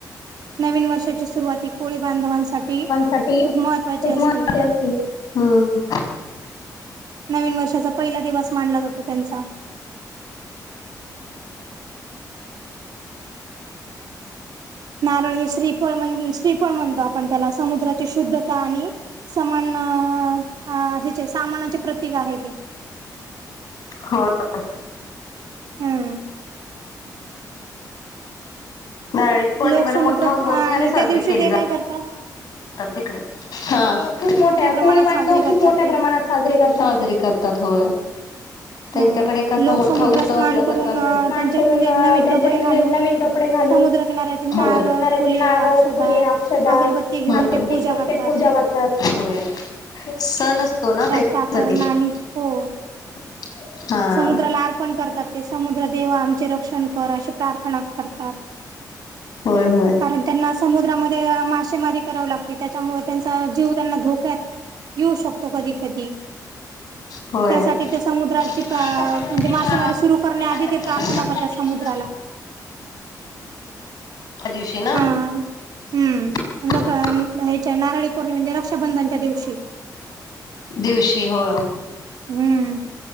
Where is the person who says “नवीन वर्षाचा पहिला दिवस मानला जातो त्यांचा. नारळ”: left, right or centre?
Right